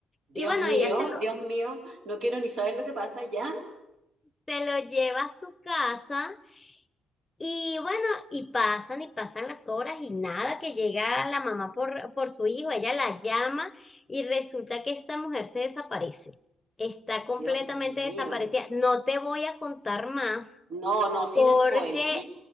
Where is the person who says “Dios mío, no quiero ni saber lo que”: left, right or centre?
Right